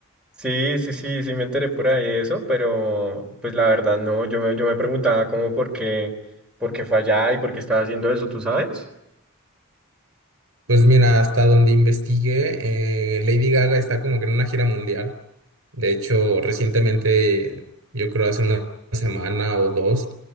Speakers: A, in the centre; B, on the right.
A: Sí, sí, sí, sí me enteré por ahí de eso, pero pues la verdad no, yo me, yo me preguntaba como por qué, por qué fue allá y por qué estaba haciendo eso, ¿tú sabes?
B: Pues mira, hasta donde investigué, eh, Lady Gaga está como que en una gira mundial. De hecho, recientemente, yo creo hace una semana o dos,